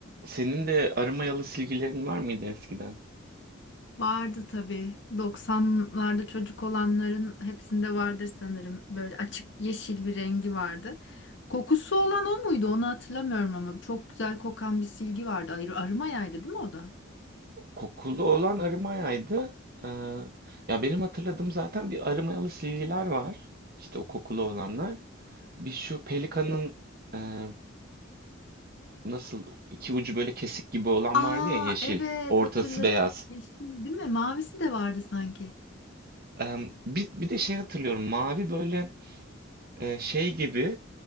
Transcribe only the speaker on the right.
Senin de arı mayalı silgilerin var mıydı eskiden?
Kokulu olan arı mayaydı. Ee, ya benim hatırladığım zaten bir arı mayalı silgiler var. İşte o kokulu olanlar. Bir şu pelikanın e, nasıl iki ucu böyle kesik gibi olan
vardı ya yeşil.
Ortası
beyaz.
Ee, bir, bir de şey hatırlıyorum. Mavi böyle e, şey gibi